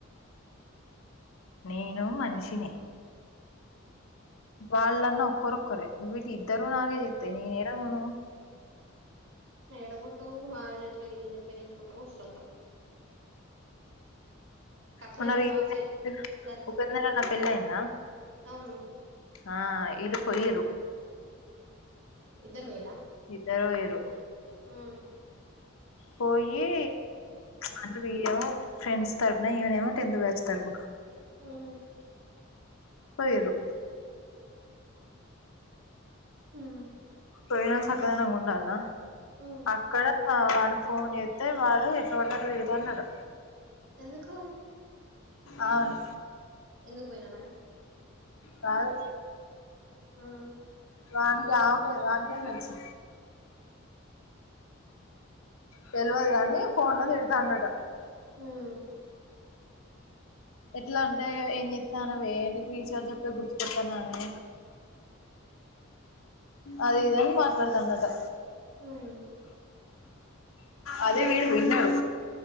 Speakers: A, on the left; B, on the right.
A: నేను మనుషినే వాళ్ళన్న ఒక్కరు ఒక్కరే వీళ్ళు ఇద్దరు నాకే జెత్తే నేనేడ పోను
B: ఏడపోతావు వాళ్ళు చెప్పేది వీళ్ళు చెప్పేది ఇనుకుంటా కూర్సుంటావు అప్పుడంటే
A: మొన్న రీసెంట్
B: బ్లాక్ చేయి
A: గా
B: సరిపోద్ది
A: ఉపేందర్ అన్న పెళ్ళి అయిందా
B: అవును
A: ఆ ఇళ్ళు పోయిర్రు
B: ఇద్దరు పోయిన్ల
A: ఇద్దరు పొయిర్రు
B: ఉమ్
A: పోయి అంటె విళ్ళెమో ఫ్రెండ్స్ తరుపున ఈవెనెమో టెన్త్ బ్యాచ్ తరుపున
B: ఉమ్
A: పొయిర్రు
B: హుమ్
A: పొయేవాళు సక్కదనంగ ఉండాల్న
B: ఉమ్
A: అక్కడ ఆ వానికి ఫోన్ చేత్తే వాడు ఎట్ల వడ్తె అట్లా తిడ్తాన్నడు
B: ఎందుకు
A: ఔను
B: ఎందుకు పొయినావ్ అనా
A: కాదు
B: ఉమ్
A: వాన్కి ఆమెకే నాకేం తెలుసు తెల్వదు గానీ ఫోన్లో తిడతాన్నడు
B: ఉమ్
A: ఎట్ల అంటే ఏంజేతన్నవే నీకు రీచార్జ్ అప్పుడే గుర్తుకొత్తనానే అది ఇది అని మాట్లాడతాండాడు
B: హుమ్
A: అదె వీడు విన్నడు